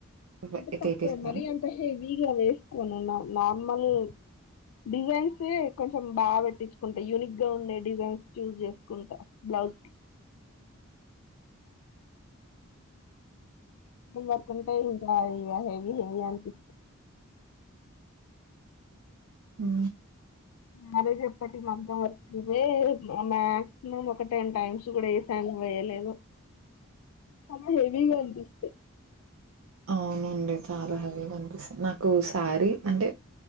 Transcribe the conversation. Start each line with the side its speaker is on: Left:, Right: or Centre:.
Right: వే
Left: అంటే తక్కువ
Right: వేపిస్తారా?
Left: మరి అంత హేవిగా వేసుకోను నా నార్మల్ డిజైన్స్ే కొంచెం బాగా పెట్టించుకుంటా యూనిక్ గా ఉండే డిజైన్స్ చూస్్ చేసుకుంటా బ్లౌజ్ వర్తుంట ఇకా హెవీ హెవి అనిపి
Right: ఉ
Left: మ్యారేజ్ ఎప్పటి మంతం వస్తుే మ్యాక్సిమం ఒక టెన్ టైమ్స్ కూడా ఏ సాంగ్వేజ్ లే లేదు హ హెవీ గా అనిపిస్తాయి
Right: అవునండి చాలా హెవీగా అనిపిస్తది నాకు శారీ అంటే